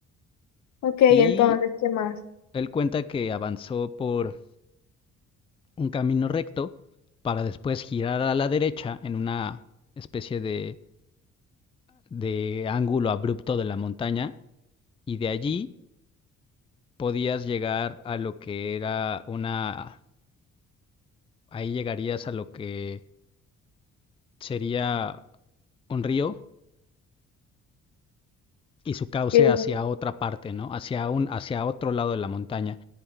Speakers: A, on the left; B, on the left.
A: Ok, entonces,
B: Y
A: ¿qué más?
B: él cuenta que avanzó por un camino recto para después girar a la derecha en una especie de, de ángulo abrupto de la montaña y de allí podías llegar a lo que era una... ahí llegarías a lo que sería un río y su cauce
A: ¿Qué-
B: hacia otra parte, ¿no? Hacia un, hacia otro lado de la montaña.